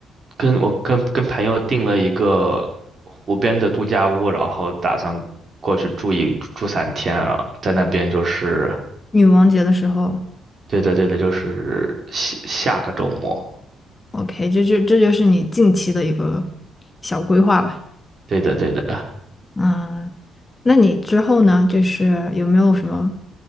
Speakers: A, on the right; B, on the left.
A: 跟我跟跟朋友订了一个湖边的度假屋，然后打算过去住一住三天啊，在那边就是，
B: <laughs> 女王节的时候
A: 对的，对的，就是下下个周末，
B: ，OK，这就这就是你近期的一个小规划吧。
A: 对的，对的。
B: 嗯，那你之后呢？就是有没有什么